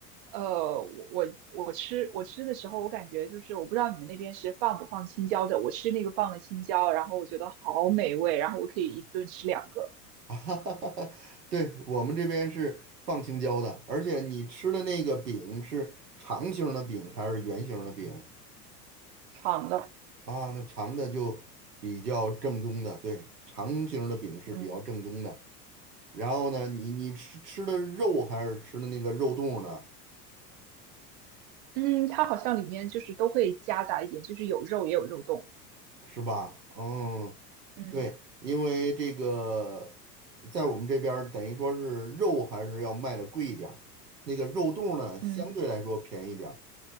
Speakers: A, on the right; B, on the right.
A: 呃，我我我吃我吃的时候，我感觉就是我不知道你们那边是放不放青椒的，我吃那个放了青椒，然后我觉得好美味，然后我可以一顿吃两个
B: 啊，<laughs> 对，我们这边是放青椒的，而且你吃的那个饼是长形儿的饼还是圆形儿的饼
A: 长的，
B: 啊？那长的就比较正宗的，对，长形儿的饼是比较正宗的。
A: 嗯
B: 然后呢，你你吃吃的肉还是吃的那个肉冻儿呢？
A: 嗯，它好像里面就是都会夹杂一点，就是有肉也有肉冻，
B: 是吧？嗯，
A: 嗯
B: 对，因为这个在我们这边儿等于说是肉还是要卖的贵一点儿，那个肉冻儿呢相对来说便宜点儿。
A: 嗯